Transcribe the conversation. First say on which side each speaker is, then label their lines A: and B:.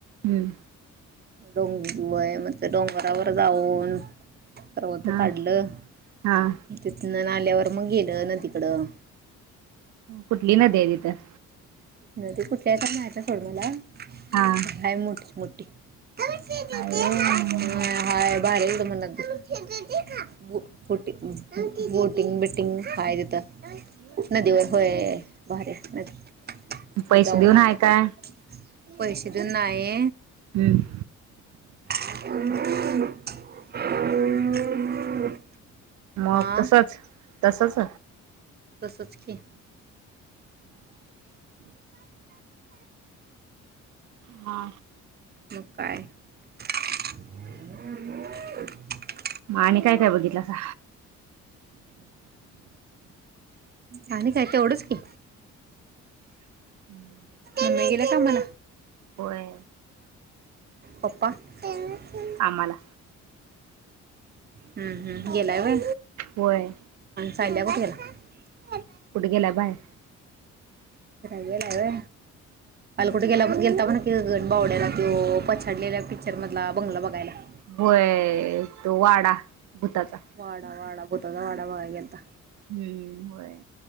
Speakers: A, on the right (about 70°); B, on the right (about 35°).
A: हम्म.
B: डोंग वय मस्त डोंगरावर जाऊन करवंद
A: हा
B: कढलं
A: हा
B: तिथंन आल्यावर मग गेलं नदीकडं
A: कुठली नदी हाय तिथं
B: नदी कुठली <unintelligible>
A: हा
B: हाय मोठ मोठी <inaudible> <unintelligible>
A: अरे हा
B: टिंग बिटिंग हाय तिथं. नदीवर होय भारी हाय नदी. तिथं
A: पैसे
B: जाऊन
A: देऊन
B: आलं
A: हाय
B: बघू
A: का?
B: पैसे देऊन नाही.
A: हम्म.
B: <unintelligible>
A: मग
B: हा
A: तसच. तसंच
B: तसच की.
A: हा.
B: मग काय? <unintelligible>
A: आणि काय काय बघितलासा?
B: आणि काय तेवढंच की.
A: <unintelligible>
B: <unintelligible> <unintelligible> हम्म.
A: होय
B: पप्पा. हम्म
A: कामाला
B: हम्म गेलाय वय.
A: होय.
B: <unintelligible>
A: कुठे गेला बाहेर.
B: गेलाय होय काल कुठ गेला गेलता <unintelligible> तो पछाडलेल्या पिक्चर मधला बंगला बघायला.
A: वय तो वाडा भूताचा
B: वाडा वाडा भूतचा वाड बगाय गेलता.
A: हम्म होय.